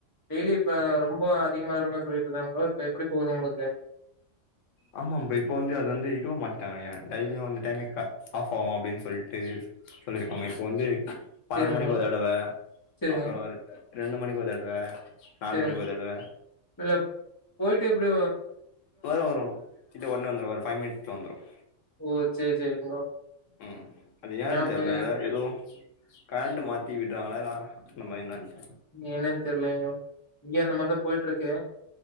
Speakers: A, on the left (about 20°); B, on the left (about 80°).
A: டெய்லி இப்ப ரொம்ப அதிகமா வருமா சொல்லிட்டு இருந்தாங்க இப்ப எப்படி போகுது உங்களுக்கு
B: ஆமா அம்ப இப்போ வந்து அது வந்து இருவ மாதிரி தைரியம் வந்துட்டான்னே பாப்போம் அப்படின்னு சொல்லிட்டு சொல்லிருக்காங்க இப்ப வந்து பன்னெண்டு
A: சேரிங்க
B: மணிக்கு
A: ப்ரோ.
B: ஒரு தடவை
A: சேரிங்க
B: அப்புறம் ஒரு ரெண்டு மணிக்கு ஒரு தடவ நாலு
A: சேரிங்க.
B: மணிக்கு ஒருதடவ
A: இல்ல போயிட்டு எப்படி
B: வரும் வரும் கிட்ட உடனே வந்துரும் ஒரு ஃபைவ் மினிட்ல வந்துரும்
A: ஓ சேரி சேரிங்க ப்ரோ.
B: உம் அது ஏன்
A: ஏன்னா
B: தெரியல
A: கொஞ்ச
B: ஏ ஏதோ கரண்டு மாத்தி விடுறாங்களா அந்தமாதிரி என்னானு
A: என்னன்னு தெரியல இங்கயே அந்த மாதிரிதான் போயிட்டு இருக்கு